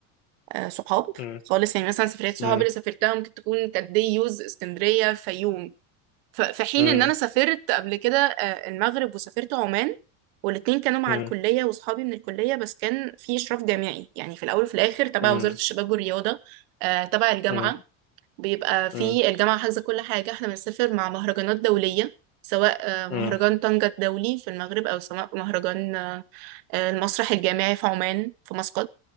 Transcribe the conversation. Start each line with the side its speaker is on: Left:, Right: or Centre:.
Right: آه، صحاب
Left: م،
Right: خالص يعني مثلا سفريات صحاب
Left: م،
Right: اللي سافرتها ممكن تكون كانت دي يوز اسكندرية الفيوم ف- في حين
Left: م،
Right: ان انا سافرت قبل كده آه، المغرب وسافرت عمان والاتنين كانوا مع
Left: م،
Right: الكلية واصحابي من الكلية بس كان في إشراف جامعي يعني في الأول وفي الآخر تبع
Left: م،
Right: وزارة الشباب والرياضة آه، تبع الجامعة
Left: م،
Right: بيبقى في
Left: م،
Right: الجامعة حاجزة كل حاجة احنا بنسافر مع مهرجانات دولية سواء آه، مهرجان
Left: م.
Right: طنجة الدولي في المغرب أو سواء مهرجان آه، آه، المسرح الجامعي في عمان في مسقط